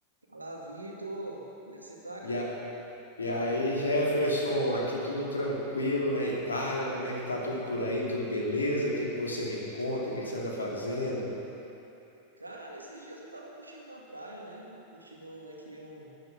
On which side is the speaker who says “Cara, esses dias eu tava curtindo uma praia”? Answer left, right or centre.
Right